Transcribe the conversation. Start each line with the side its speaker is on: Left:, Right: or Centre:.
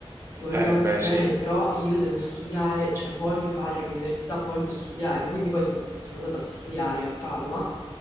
Left: ti voglio
Right: Eh,
Left: tanto
Right: beh,
Left: bene,
Right: sì,
Left: però io devo studiare, cioè voglio fare l'università, voglio studiare. Quindi poi sono, sono andata a studiare a Padova